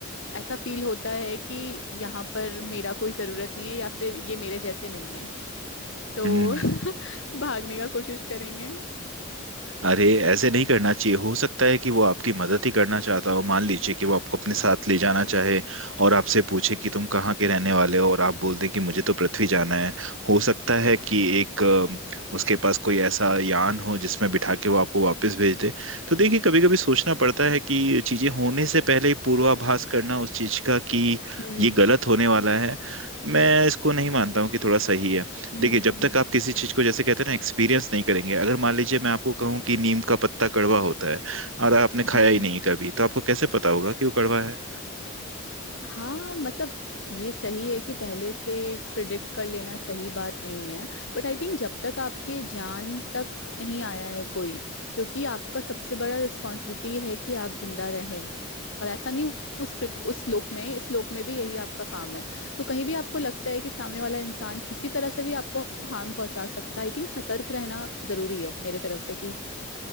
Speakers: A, on the left; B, on the right.
A: ऐसा फील होता है कि यहाँ पर मेरा कोई जरूरत नहीं है या फिर ये मेरे जैसे नहीं है तो
B: हम्म
A: <laughs> भागने का कोशिश करेंगे
B: अरे ऐसे नहीं करना चाहिए हो सकता है कि वो आपकी मदद ही करना चाहता हो मान लीजिए कि वो आपको अपने साथ ले जाना चाहे और आपसे पूछे कि तुम कहाँ के रहने वाले हो और आप बोल दें कि मुझे तो पृथ्वी जाना है हो सकता है कि एक अ, उसके पास कोई ऐसा यान हो जिसमें बिठा के वो आपको वापस भेज दे तो देखिए कभी कभी सोचना पड़ता है कि चीजें होने से पहले ही पूर्वाभास करना उस चीज का कि
A: हम्म
B: ये गलत होने वाला है मैं इसको नहीं मानता हूँ कि थोड़ा सही है
A: हम्म
B: देखिए जब
A: हम्म
B: तक आप किसी चीज को जैसे कहते हैं ना एक्सपीरियंस नहीं करेंगे अगर मान लीजिए मैं आपको कहूँ कि नीम का पत्ता कड़वा होता है और आपने खाया
A: हम्म
B: ही
A: हम्म
B: नहीं कभी तो आपको कैसे पता होगा कि वो कड़वा है
A: हाँ मतलब ये सही है कि पहले से प्रिडिक्ट कर लेना सही बात नहीं है बट आई थिंक जब तक आपके जान तक नहीं आया है कोई क्योंकि आपका सबसे बड़ा रिस्पॉन्सिबिलिटी है कि आप जिंदा रहें और ऐसा नहीं उस पृथ- उस लोक में इस लोक में भी यही आपका काम है तो कहीं भी आपको लगता है कि सामने वाला इंसान किसी तरह से भी आपको हार्म पहुंचा सकता है आई थिंक सतर्क रहना जरूरी है मेरे तरफ से कि